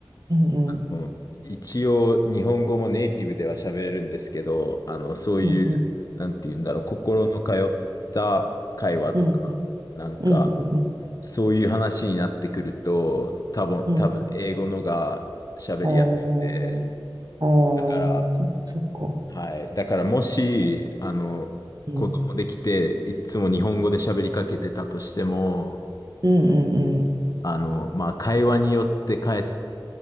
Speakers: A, on the right; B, on the left.
A: うん、うん、
B: もう一応日本語もネイティブでは喋れるんですけど、あの、そういう、
A: うん、うん、
B: なんて言うんだろう、心の通った会話とか、
A: うん、うん、
B: なんか、
A: うん、うん
B: そういう話になってくると、多分、
A: うん、
B: 多分英語のが喋りやすいんで、
A: おー、おー、
B: だから、
A: そっか、そっか、
B: はい。だからもし、あの、
A: うん、
B: 子供できて、いつも日本語で喋りかけてたとしても、
A: うん、うん、
B: あの、まあ、会話によって変え、